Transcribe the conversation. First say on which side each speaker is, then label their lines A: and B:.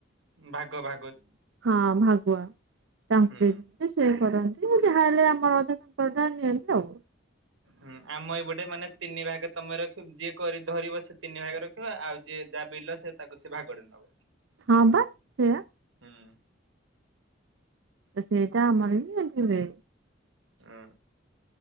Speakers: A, on the right; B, on the right.
A: ଭାଗ ଭା
B: ହଁ ଭାଗୁଆ ତାଙ୍କୁ
A: ହୁଁ।
B: ଦିଅନ୍ତି ସିଏ କରନ୍ତି ଯାହାହେଲେ ଆମର ଅଧା ତାଙ୍କର ଅଧା ନିଅନ୍ତି ଆଉ
A: ହୁଁ ଆମ ଏଇ ପଟେ ମାନେ ତିନି ଭାଗେ ତମେ ରଖିବ ଯିଏ ଧରିବ ସେ ତିନି ଭାଗେ ରଖିବ ଆଉ ଯିଏ ଯାହା ବିଲ ସେ ତାକୁ ସେ ଦ୍ଭାଗ ଟେ ନବ
B: ହଁ ପା ସେୟା
A: ହୁଁ।
B: ସେଇଟା ଆମର ବି ଏମିତି ହୁଏ।
A: ହଁ।